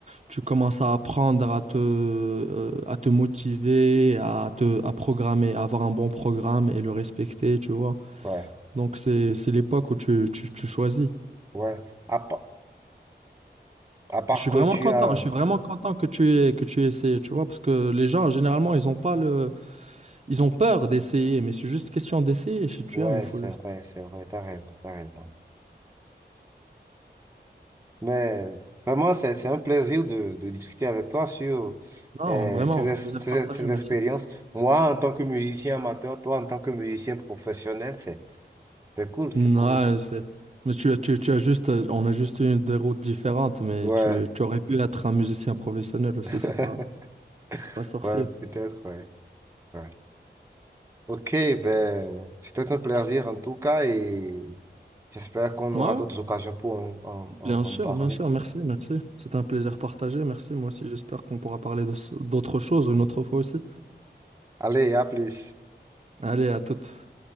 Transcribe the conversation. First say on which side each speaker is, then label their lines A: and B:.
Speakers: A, on the right (about 35°); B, on the right (about 15°).
A: Tu commences à apprendre à te, euh, à te motiver, à te, à programmer, à avoir un bon programme et le respecter, tu vois.
B: ouais,
A: Donc c'est, c'est l'époque où tu, tu, tu choisis.
B: ouais. À, pa- à part
A: Je suis
B: que
A: vraiment
B: tu
A: content,
B: as.
A: je suis vraiment content que tu aies, que tu aies essayé, tu vois, parce que les gens, généralement, ils ont pas le, ils ont peur d'essayer, mais c'est juste question d'essayer, si tu
B: Ouais,
A: aimes, il faut
B: c'est
A: juste...
B: vrai, c'est vrai, t'as raison, t'as raison. Mais vraiment, c'est, c'est un plaisir de, de discuter avec toi sur
A: Non,
B: euh,
A: vraiment,
B: ces, ex-
A: plaisir
B: ces
A: partagé,
B: ces
A: merci.
B: expériences. Moi, en tant que musicien amateur, toi, en tant que musicien professionnel, c'est. C'est cool,
A: Non,
B: c'est cool.
A: c'est... Mais tu, as- tu, tu as juste, on a juste eu des routes différentes, mais
B: Ouais,
A: tu, tu aurais pu être un musicien professionnel
B: <laughs>
A: aussi, c'est pas, c'est pas sorcier.
B: ouais, peut-être, ouais. ouais. Ok, ben, c'était un plaisir en tout cas et j'espère qu'on
A: Ouais,
B: aura d'autres
A: ouais,
B: occasions pour en, en
A: bien
B: en-
A: sûr,
B: en parler.
A: bien sûr, merci, merci. C'est un plaisir partagé, merci, moi aussi, j'espère qu'on pourra parler de, ce- d'autres choses une autre fois aussi.
B: Allez, à plus.
A: Allez, à toute.